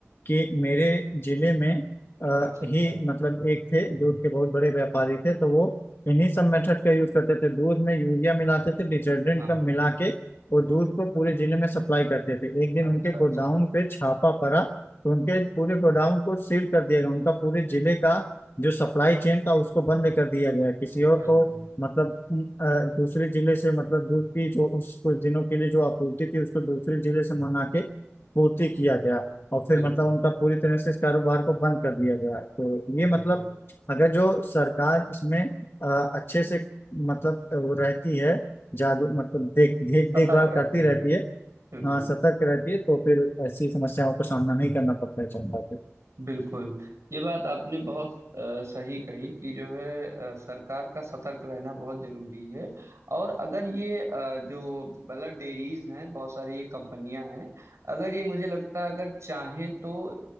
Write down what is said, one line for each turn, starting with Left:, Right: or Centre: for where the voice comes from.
Left: कि मेरे जिले में अ,
Right: अच्छा अच्छा
Left: ही मतलब एक थे दूध के बहुत बड़े व्यापारी थे तो वो इन्हीं सब मेथड का यूज करते थे दूध में यूरिया मिलाते थे डिटर्जेंट
Right: हाँ
Left: का मिला के वो दूध को पूरे जिले में सप्लाई करते थे एक दिन
Right: अच्छा
Left: उनके
Right: अच्छा
Left: गोडाउन पे छापा पड़ा तो उनके पूरे गोडाउन को सील कर दिया गया उनका पूरे जिले का जो सप्लाई चेन था उसको बंद कर दिया गया किसी और
Right: बिल्कुल
Left: को मतलब अ, दूसरे जिले से मतलब दूध की जो उस कुछ दिनों के लिए जो आपूर्ति थी उसको दूसरे जिले से मंगा के पूर्ति किया गया और फिर
Right: बिल्कुल
Left: मतलब उनका पूरी तरह से इस कारोबार को बंद कर दिया गया तो ये मतलब
Right: बिल्कुल
Left: अगर जो सरकार इसमें अ, अच्छे से मतलब अ, वो रहती है जागरूक मतलब देख देख
Right: सतर्क
Left: देखभाल
Right: रहती
Left: करती रहती
Right: है
Left: है
Right: बिल्कुल
Left: हाँ सतर्क रहती है तो फिर ऐसी समस्याओं का सामना नहीं करना पड़ता है जनता को
Right: बिल्कुल ये बात आपने बहुत अ, सही कही कि जो है अ, सरकार का सतर्क रहना बहुत जरूरी है और अगर ये अ, जो मतलब डेयरीज हैं बहुत सारी ये कंपनियां हैं अगर ये मुझे लगता है अगर चाहें तो अ,